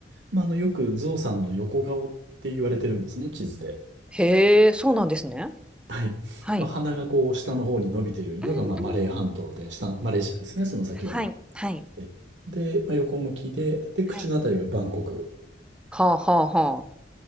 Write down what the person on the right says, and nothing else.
まあ、あの、よくゾウさんの横顔って言われてるんですね、地図で。
はい。
まあ、鼻がこう、下の方に伸びているのが、
まあ、マレー半島で、
下、マレーシアですね、その先は。
えで、まあ、横向きで、で、口のあたりがバンコク。